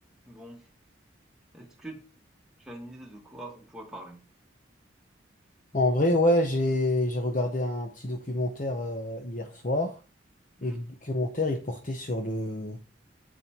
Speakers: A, in the centre; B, on the left.
A: Bon, est-ce que tu as une idée de quoi on pourrait parler?
B: En vrai, ouais, j'ai j'ai regardé un petit documentaire euh, hier soir
A: Hmm?
B: et le documentaire il portait sur le